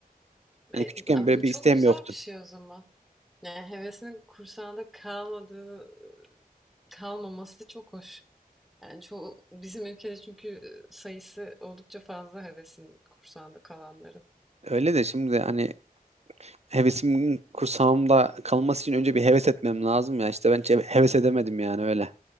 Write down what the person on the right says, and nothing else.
Yani
küçükken böyle
bir
isteğim
yoktu.
Öyle de şimdi hani hevesimin kursağımda kalması için önce bir heves etmem lazım ya. İşte ben hiç heves edemedim yani öyle.